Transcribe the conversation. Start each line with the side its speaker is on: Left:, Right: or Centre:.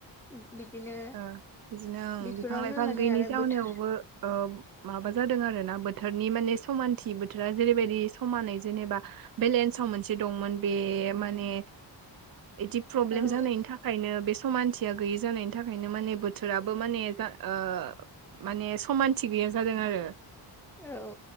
Centre: उम बिदिनो
Right: ओ बिदिनो
Centre: बेफोरावनो
Right: बिफां लाइफां
Centre: माने
Right: गैयिनि
Centre: आरो
Right: जाहोनावबो
Centre: बोथोर
Right: माबा जादों आरोना बोथोरनि माने समानथि बोथोरा जेरैबायदि समानै जेनेबा बेलेन्साव मोनसे दंमोन बे माने इदि प्रब्लेम
Centre: औ
Right: जानायनि थाखायनो बे समानथिया गैयि जानायनि बिनि थाखायनो माने बोथोराबो माने जा ओ माने समानथि गैया जादों आरो।
Centre: औ